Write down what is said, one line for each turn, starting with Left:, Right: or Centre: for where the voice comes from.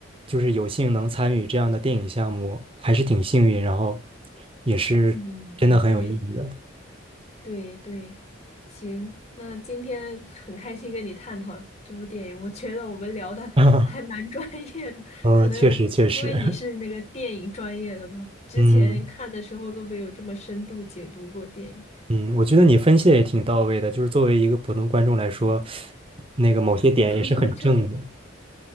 Right: 就是有幸能参与这样的电影项目，还是挺幸运，然后也是真的很有意义的。
Left: 嗯，对，对对，行，那今天 <laughs> 很开心跟你探讨这部电影，我觉得我们聊的
Right: <laughs>
Left: <laughs> 还蛮专业的，
Right: 呃，
Left: 可能因为你是那个电影专业的吧，
Right: 确实确实，<laughs>
Left: 之前看的时候都没有这么深度解读过电影，
Right: 嗯。嗯，我觉得你分析的也挺到位的，就是作为一个普通观众来说，那个某些点也是很正的，
Left: 普通观众，